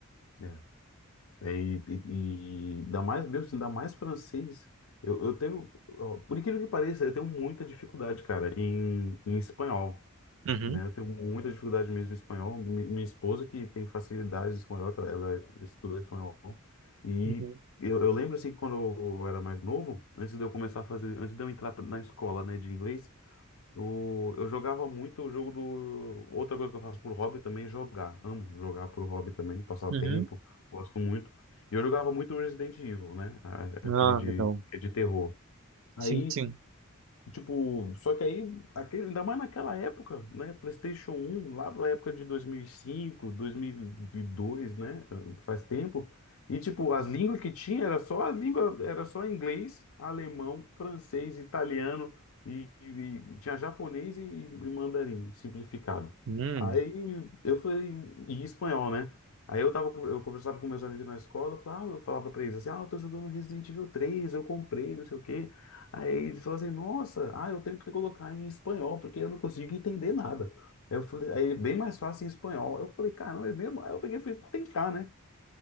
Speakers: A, on the left; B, on the right.
A: né? É. É, E, e, e ainda mais, meu, assim, ainda mais francês. Eu, eu tenho, ó, por incrível que pareça, eu tenho muita dificuldade, cara, em, em espanhol.
B: Uhum,
A: né? Eu tenho muita dificuldade mesmo em espanhol. Mi- Minha esposa que tem facilidade em espanhol, que ela, ela estuda espanhol. E
B: uhum,
A: eu, eu lembro assim que quando eu era mais novo, antes de eu começar a fazer, antes de eu entrar pra- na escola, né, de inglês, eu, eu jogava muito o jogo do. Outra coisa que eu faço por hobby também é jogar. Amo jogar por hobby também, passar o
B: uhum.
A: tempo, gosto muito. E eu jogava muito Resident Evil, né? a-
B: Ah,
A: Aquele de,
B: legal.
A: de terror. Aí
B: Sim, sim.
A: Tipo, só que aí, aquele, ainda mais naquela época, né? PlayStation um lá na época de 2005, 2002, né? Faz tempo. E tipo, as línguas que tinha era só as línguas, era só inglês, alemão, francês, italiano e, e- e tinha japonês e, e mandarim simplificado.
B: Hum,
A: Aí eu falei, e espanhol, né? Aí eu tava, eu conversava com meus amigos na escola, eu falava, ah, eu falava pra eles assim, ah, eu tô jogando Resident Evil três eu comprei, não sei o quê. Aí eles falaram assim, nossa, ah, eu tenho que colocar em espanhol, porque eu não consigo entender nada. Aí eu falei, aí é bem mais fácil em espanhol. Eu falei, caramba, é mesmo? Aí eu peguei e fui tentar, né?